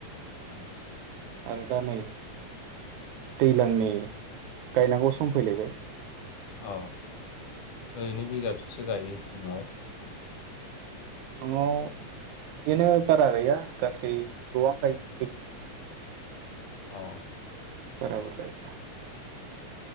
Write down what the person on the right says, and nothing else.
आरो दा नै दैलांनि गायनांगौ सम फैलायबाय।
न'आव बिदिनो बारा गैया गासै गोबां गायो <unintelligible>
बारा बुरजा गैया।